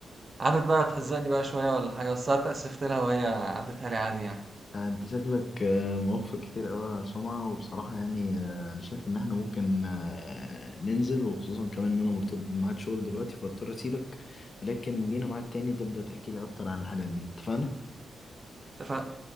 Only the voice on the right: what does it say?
قعدت بقى تهزقني بقى شوية ولا حاجة بس أنا اتأسفت لها وهي عدتها لي عادي يعني
اتفقنا